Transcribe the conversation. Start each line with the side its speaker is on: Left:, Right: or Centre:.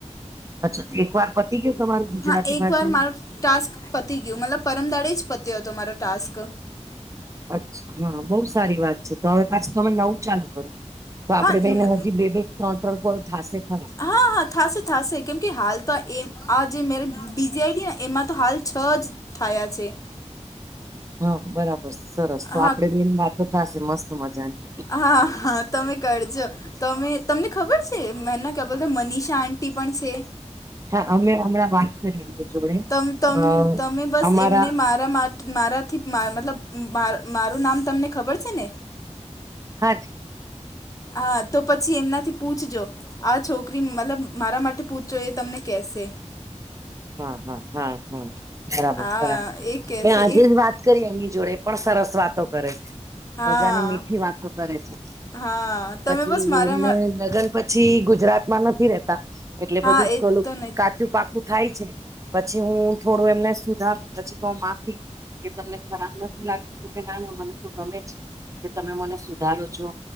Right: અચ્છા એક વાર પ <unintelligible> તમારું ગુજરાતી
Left: હા એક
Right: ભાષાનું
Left: વાર મારો ટાસ્ક પતી ગયું મતલબ પરમદાડે જ પત્યો હતો મારો ટાસ્ક.
Right: અચ્છા હા બહુ સારી વાત છે તો હવે પાછ તો અમે નવું ચાલુ કરો તો આપડે
Left: હા
Right: બેને
Left: ન-
Right: હજી બે બે ત્રણ ત્રણ કોલ થશે ખરા
Left: હા હા થશે થશે કેમકે હાલ તો આ એ આ જે મેરે બીજીઆઈટી ને એમાં તો હાલ છ જ થાયા છે.
Right: હા બરાબર સરસ તો
Left: હા
Right: આપડે બેની વાતો થશે મસ્ત મજાની.
Left: હા હા તમે કરજો તમે તમને ખબર છે મેના ક્યા બોલતા મનીષા આંટી પણ છે.
Right: હા અમે હમણાં વાત કરી જોડે
Left: તમ તમ
Right: અ
Left: તમે બસ
Right: અમારા
Left: એમને માર મારા મા મારાથી મતલબ મા મારું નામ તમને ખબર છે ને
Right: <inaudible>
Left: હા તો પછી એમનાથી પૂછજો આ છોકરી મતલબ મારા માટે પૂછજો એ તમને કેસે.
Right: હા હા હા હા બરાબર
Left: હા
Right: બરાબર
Left: એ કેશે
Right: મે આજે
Left: એક
Right: જ વાત કરી એમની જોડે પણ સરસ વાતો કરે છે
Left: હા
Right: મજાની મીઠી વાતો કરે છે.
Left: હા તમે
Right: પછી
Left: બસ મારા
Right: એમને
Left: મા
Right: લગન પછી ગુજરાતમાં નથી રેતા એટલે
Left: હા
Right: બધું
Left: એ જ
Right: ખલું
Left: તો ન
Right: કાચું પાકું થાય. પછી હું થોડું એમને સુધાર પછી કઉ માફી કે તમને ખરાબ લાગતું કે ના ના મને તો ગમે છે. કે તમે મને સુધારો છો.